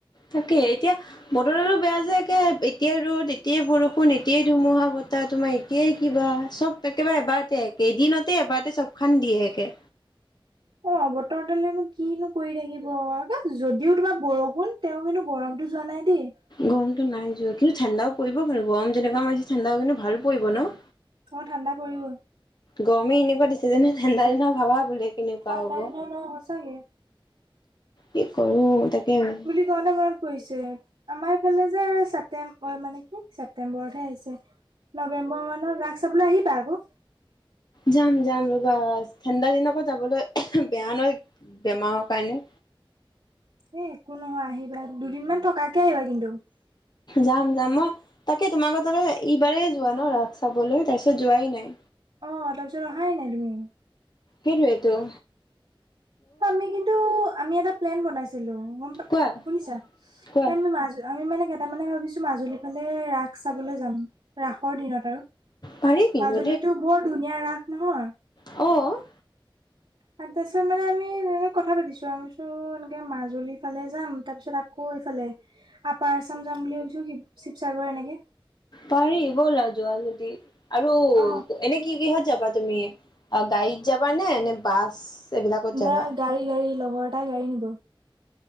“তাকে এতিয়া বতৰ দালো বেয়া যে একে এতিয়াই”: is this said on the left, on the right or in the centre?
Left